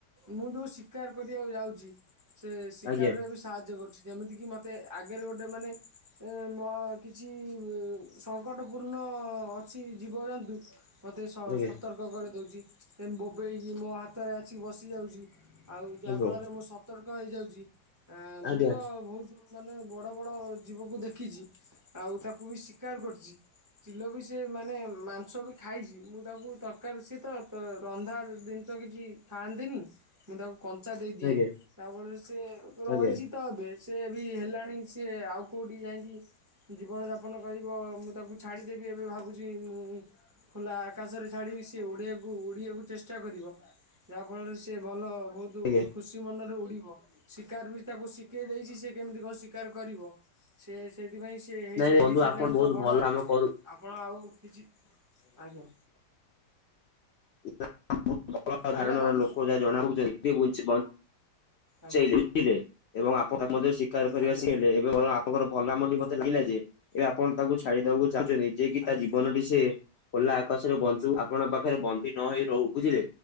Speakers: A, on the right; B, on the left.
A: ମୁଁ ଯୋଉ ଶିକାର କରିବାକୁ ଯାଉଛି। ସେ ଶିକାରରେ
B: ଆଜ୍ଞା
A: ବି ସାହାଯ୍ୟ କରୁଛି। ଯେମିତି କିି ମତେ ଆଗରେ ଗୋଟେ ମାନେ ଏ ମ କିଛି ସଙ୍କଟପୂର୍ଣ୍ଣ ଅଛି ଜୀବଜନ୍ତୁ ମୋତେ ସ
B: ଆଜ୍ଞା
A: ସତର୍କ କରିଦେଉଛି। ସେ ବୋବେଇକି ମୋ ହାତରେ ଆସିକି ବସିଯାଉଛି। ଆଉ ଯାହାଫଳରେ
B: ହ୍ୟାଲୋ
A: ମୁଁ ସତର୍କ ହେଇଯାଉଚି ଏଁ-ମୁଁ
B: ଆଜ୍ଞା
A: ତ ବହୁତୁ ମାନେ ବଡ଼ ବଡ଼ ଜୀବକୁ ଦେଖିଚି ଆଉ ତାକୁ ବି ଶିକାର କରିଚି। ଚିଲ ବି ସେ ମାନେ ମାଂସ ବି ଖାଇଚି ମୁଁ ତାକୁ ତରକାରୀ ସେ ତ- ତ ରନ୍ଧା ଜିନିଷ କିଛି ଖାଆନ୍ତିନି ମୁଁ ତାକୁ କଞ୍ଚା ଦେଇଦିଏ
B: ଆଜ୍ଞା
A: ତାଫଳରେ ସେ ରହିଚି
B: ଆଜ୍ଞା ଆଜ୍ଞା
A: ତ ଏବେ ସେ ବି ହେଲାଣି ସିଏ ଆଉ କଉଠି ଯାଇକି ଜୀବନଯାପନ କରିବ ମୁଁ ତାକୁ ଛାଡ଼ିଦେବି ଏବେ ଭାବୁଚି ମୁଁ। ଖୋଲା ଆକାଶରେ ଛାଡିବି ସିଏ ଉଡିଆକୁ- ଉଡିଆକୁ ଚେଷ୍ଟା କରିବ। ଯାହା ଫଳରେ ସିଏ ଭଲ ବହୁତ୍ କିନ୍ତୁ
B: ଆଜ୍ଞା
A: ଖୁସି ମନରେ ଉଡିବ ଶିକାର ବି ତାକୁ ଶିକେଇ ଦେଇଚି ସେ କେମିତି କଣ ଶିକାର କରିବ। ସେ- ସେଇଥିପାଇଁ ସିଏ ହେଇଚି-
B: ନାଇଁ ବନ୍ଧୁ
A: ହେଇସାରିଲାଣି
B: ଆପଣ ବହୁତ
A: ତ ବଡ।
B: ଭଲ କାମ କରୁ
A: ଆପଣ ଆଉ କିଛି -ଆଜ୍ଞା।
B: <unintelligible> ଧାରଣ
A: ଆଜ୍ଞା ବନ୍ଧୁ
B: ର ଲୋକ ଯାହା ଜଣା ପଡୁଚନ୍ତି <unintelligible>
A: ଆଜ୍ଞା
B: ଲୁଚେଇଲେ ଲୁଚିଲେ ଏବଂ ଆପଣ ମଧ୍ୟ ଶୀକାର କରିବା
A: ଆଜ୍ଞା
B: ଶିକେଇଲେ ଏବେ ମତେ ଆପଣଙ୍କର <unintelligible> ମତେ ଲାଗିଲା ଯେ ଏବେ ଆପଣ ତାକୁ ଛାଡିଦବାକୁ ଚାହୁଁଚନ୍ତି ଯେ କି
A: ଆଜ୍ଞା
B: ତା ଜୀବନ ଟି ସିଏ ଖୋଲା ଆକାଶରେ ବଞ୍ଚୁ ଆପଣଙ୍କ ପାଖରେ ବନ୍ଦି ନ ହେଇ ରହୁ ବୁଝିଲେ।